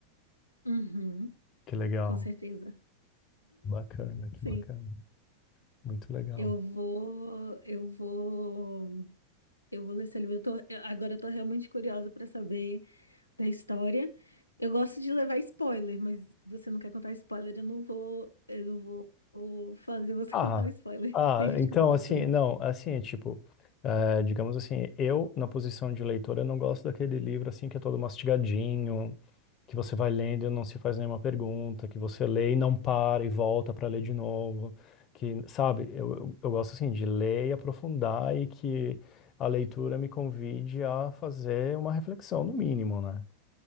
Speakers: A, on the left; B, on the left.
A: Uhum,
B: Que legal.
A: com certeza.
B: Bacana, que bacana.
A: Sim.
B: Muito legal.
A: Eu vou, eu vou, eu vou ler esse livro. Eu tô- eu- agora eu tô realmente curiosa para saber. da história. Eu gosto de levar spoiler, mas você não quer contar spoiler, eu não vou, eu não vou vou fazer você
B: Ah,
A: <laughs> contar o spoiler.
B: ah,
A: Tem gente
B: então,
A: que não gosta,
B: assim,
A: né?
B: não, assim, é tipo, eh, digamos assim, eu, na posição de leitor, eu não gosto daquele livro, assim, que é todo mastigadinho, que você vai lendo e não se faz nenhuma pergunta, que você lê e não para e volta para ler de novo, que, sabe, eu, eu, eu gosto assim de ler e aprofundar e que a leitura me convide a fazer uma reflexão, no mínimo, né?